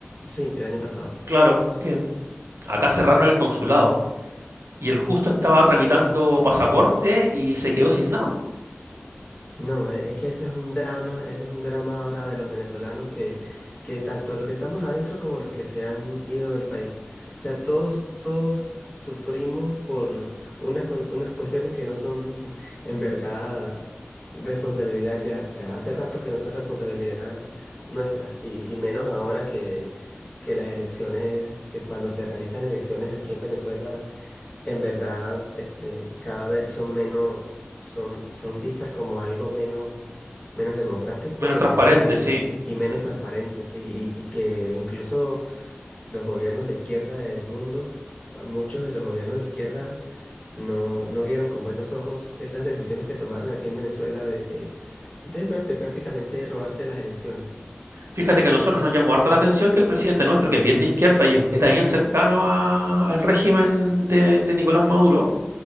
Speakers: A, on the left; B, on the right.
A: Sí, el año pasado.
B: Claro, Acá cerraron el consulado y el justo estaba tramitando pasaporte y se quedó sin nada.
A: No, e- es que ese es un drama, ese es un drama ahora de los venezolanos que, que tanto los que estamos adentro como los que se han ido del país. O sea, todos, todos sufrimos por unas, cu- unas cuestiones que no son <laughs> en verdad responsabilidad ya, ya hace rato que no son responsabilidad nuestra y, y menos ahora que, que las elecciones, que cuando se realizan elecciones aquí en Venezuela en verdad, este, cada vez son menos, son, son vistas como algo menos, menos democrático
B: Menos transparente,
A: y,
B: sí.
A: y menos
B: Sí.
A: transparente, sí, y, y que incluso los gobiernos de izquierda del mundo, muchos de los gobiernos de izquierda no, no vieron con buenos ojos esas decisiones que tomaron aquí en Venezuela de, de, de prá- de prácticamente robarse las elecciones.
B: Fíjate que a nosotros nos llamó harta la atención que el presidente nuestro, que es bien de izquierda y es- está bien cercano a- al régimen de, de Nicolás Maduro,